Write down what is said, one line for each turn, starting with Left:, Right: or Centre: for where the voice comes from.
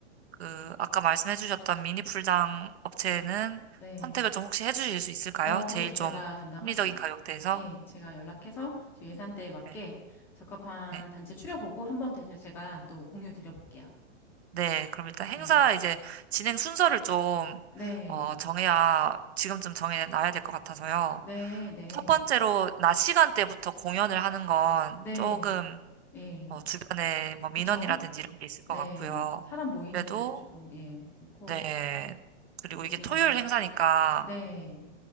Right: 그 아까 말씀해 주셨던 미니 풀장 업체는
Centre: 네.
Right: 컨택을 좀 혹시 해 주실 수 있을까요?
Centre: 어, 그럼요.
Right: 제일 좀
Centre: 제가 담당할게요.
Right: 합리적인 가격대에서.
Centre: 예, 제가 연락해서 저 예산대에 맞게
Right: 네.
Centre: 적합한
Right: 네.
Centre: 단체 추려보고 한 번 더 제가 또 공유 드려볼게요.
Right: 네, 그럼 일단 행사
Centre: 예.
Right: 이제 진행 순서를 좀,
Centre: 네,
Right: 어, 정해야, 지금쯤 정해놔야 될 것 같아서요.
Centre: 네, 네,
Right: 첫 번째로, 낮 시간대부터 공연을 하는 건
Centre: 네.
Right: 조금,
Centre: 예,
Right: 어, 주변에 뭐 민원이라든지
Centre: 그쵸?
Right: 이런 게 있을 것
Centre: 네.
Right: 같고요.
Centre: 사람 모이는데도
Right: 그래도,
Centre: 조금, 예, 그렇고,
Right: 네. 그리고
Centre: 오히려,
Right: 이게 토요일 행사니까,
Centre: 네.